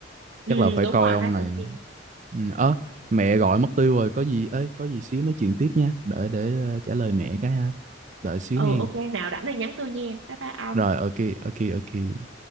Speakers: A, on the right; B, on the right.
A: ừ
B: chắc là phải
A: đúng
B: coi
A: rồi
B: ông
A: Thái
B: này
A: Tử Kiên
B: ừ, ớ, mẹ gọi mất tiêu rồi có gì ấy có gì xíu nói chuyện tiếp nha để để ờ, trả lời mẹ cái ha đợi xíu
A: ừ
B: hen
A: ok nào rảnh thì nhắn tôi nha bye bye ông
B: rồi ok ok ok